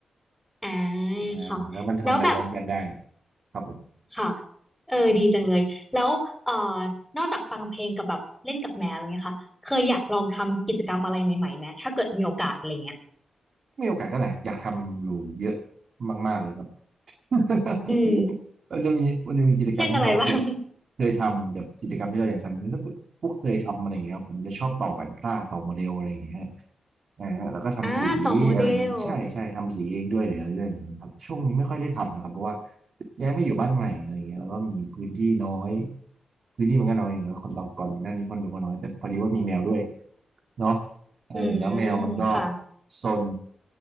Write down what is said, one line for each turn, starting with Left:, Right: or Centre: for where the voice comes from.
Centre: อ่า
Right: อ่าแล้วมันทำไปพร้อมกันได้
Centre: ค่ะแล้วแบบ
Right: ครับผม
Centre: ค่ะเออดีจังเลยแล้วเอ่อนอกจากฟังเพลงกับแบบเล่นกับแมวอะไรเงี้ยค่ะเคยอยากลองทำกิจกรรมอะไรใหม่ๆไหมถ้าเกิดมีโอกาสอะไรเงี้ย
Right: มีโอกาสก็แหลายอยากทำอยู่เยอะมากๆเลยครับ <laughs>
Centre: อืม
Right: มันจะมีมันจะมีกิจกรรมที่เราเคย
Centre: เช่นอะไรบ้าง
Right: เคยทำกับกิจกรรมที่เราอยากทำถ้าพวกเคยทำอะไรอย่างเงี้ยครับผมจะชอบต่อกันค่าต่อโมเดลอะไรอย่างเงี้ยฮะอ่าฮะแล้วก็ทำสีอะไรอย่างงี้ใช่ใช่ทำสีเองด้วยหรืออะไรด้วยอะไรอย่างเงี้ยครับช่วงนี้ไม่ค่อยได้ทำนะครับเพราะว่า
Centre: อ่าต่อโมเดล
Right: ย้ายมาอยู่บ้านใหม่อะไรอย่างเงี้ยแล้วก็มีพื้นที่น้อยพื้นที่มันก็น้อยอยู่แล้วคนเราก่อนหน้านี้คนเรวก็น้อยแต่พอดีว่ามีแมวด้วยเนาะเออแล้วแมวมันก็
Centre: อืมค่ะ
Right: ซน